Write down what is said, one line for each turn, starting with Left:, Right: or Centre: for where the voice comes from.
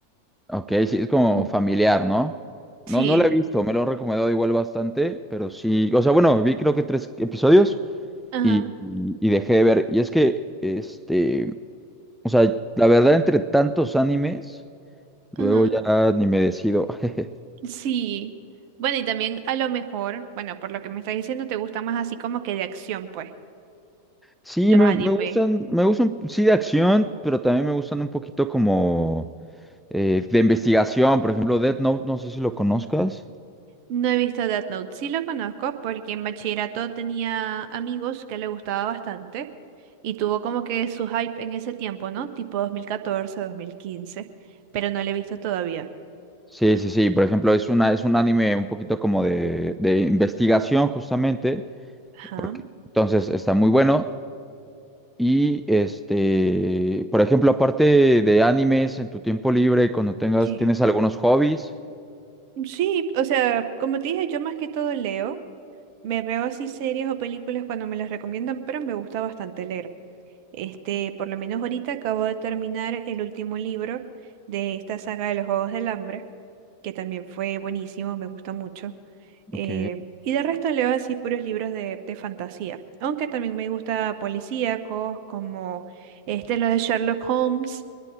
Centre: Ok, sí, es como
Right: Ujú.
Centre: familiar, ¿no? No,
Right: Sí.
Centre: no la he visto, me lo han recomendado igual bastante, pero sí. O sea, bueno, vi creo que tres episodios.
Right: Ajá,
Centre: y, y- y dejé de ver. Y es que, este, o sea, la verdad, entre tantos animes, luego
Right: ajá.
Centre: ya ni me decido. <laughs>
Right: Sí. Bueno, y también a lo mejor, bueno, por lo que me estás diciendo, te gusta más así como que de acción, pues,
Centre: Sí,
Right: los
Centre: me,
Right: animes.
Centre: me gustan, me gustan, sí, de acción, pero también me gustan un poquito como eh, de investigación. Por ejemplo, Death Note, no sé si lo conozcas.
Right: No he visto Death Note. Sí lo conozco porque en bachillerato tenía amigos que le gustaba bastante y tuvo como que su hype en ese tiempo, ¿no? Tipo dos dos mil catorce dos mil quince pero no lo he visto todavía.
Centre: Sí, sí, sí. Por ejemplo, es una, es un anime un poquito como de, de investigación, justamente.
Right: Ajá.
Centre: Porque, entonces está muy bueno. Y este, por ejemplo, aparte de animes, en tu tiempo libre, cuando tengas,
Right: Que
Centre: tienes algunos hobbies.
Right: Sí, o sea, como te dije, yo más que todo leo, me veo así series o películas cuando me las recomiendan, pero me gusta bastante leer. Este, por lo menos ahorita acabo de terminar el último libro de esta saga de los Juegos del Hambre, que también fue buenísimo, me gusta mucho. Eh,
Centre: Ok,
Right: y de resto leo así puros libros de, de fantasía, aunque también me gusta policíacos como este, lo de Sherlock Holmes.